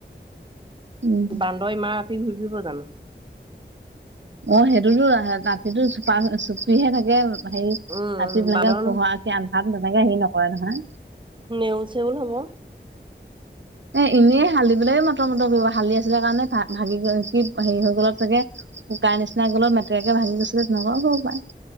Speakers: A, on the right; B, on the right.
A: উম
B: বান্দৰ ইমা টি ঘূৰি ফুৰিব জানো?
A: অ', সেইটোতো ৰাহ-ৰাতিটো চোপা-চুপিহে থাকে কে হেৰি ৰাতি
B: উম উম
A: তেনেকে
B: বান্দৰ
A: পোহাৰতকে আন্ধাৰত তেনেকে হেৰি নকৰে নহ হা?
B: নেউল-চেউল হ'ব।
A: এ এনেই হালি পেলাই মটৰ-মটৰ কৰিব, হালি আছিলে কাৰণে তাত ভা-ভাগি গৈ কি হেৰি হৈ গ'লত চাগে, শুকাৰ নিচিনা গলত মেটেৰাকে ভাগি গৈছে। তেনেকুৱাও হ'ব পায়।